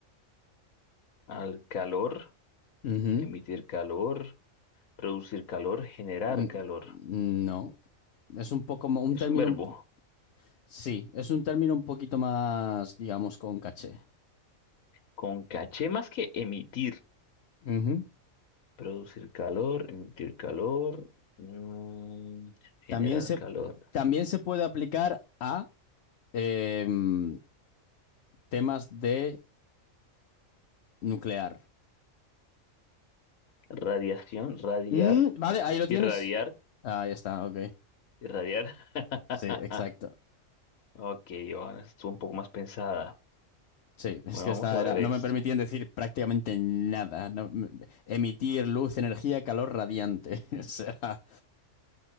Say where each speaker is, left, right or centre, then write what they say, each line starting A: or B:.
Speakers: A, on the left; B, on the left.
A: Al calor,
B: Ujú.
A: emitir calor, producir calor, generar
B: Mm,
A: calor.
B: mm, No, es un poco mo- un
A: Es
B: término,
A: un verbo
B: un po- sí, es un término un poquito más, digamos, con caché.
A: con caché más que emitir.
B: Ujú.
A: Producir calor, emitir calor, mm, generar
B: También se,
A: calor.
B: también se puede aplicar a em, temas de nuclear.
A: Radiación, radiar,
B: Mm, vale, ahí lo tienes.
A: irradiar,
B: Ahí está, ok.
A: irradiar. <laughs>
B: Sí, exacto.
A: Ok, bueno, esta estuvo un poco más pensada.
B: Sí, es
A: Bueno,
B: que esta
A: vamos a
B: era,
A: ver
B: no
A: esto.
B: me permitían decir prácticamente nada. no- m- emitir luz, energía, calor radiante. <laughs> O sea,